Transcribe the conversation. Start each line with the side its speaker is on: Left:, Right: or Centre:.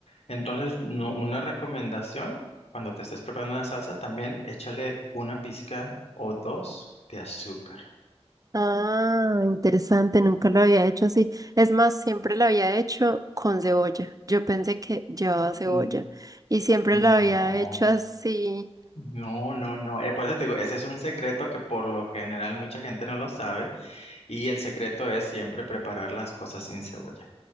Left: Entonces, no, una recomendación, cuando te estés preparando una salsa, también échale una pizca o dos de azúcar.
Right: Ah, interesante, nunca lo había hecho así. Es más, siempre lo había hecho con cebolla. Yo pensé que llevaba cebolla
Left: N-
Right: y siempre lo había
Left: No,
Right: hecho así.
Left: no, no, no. Eh, por eso te digo, ese es un secreto que por lo general mucha gente no lo sabe, y el secreto es siempre preparar las cosas sin cebolla.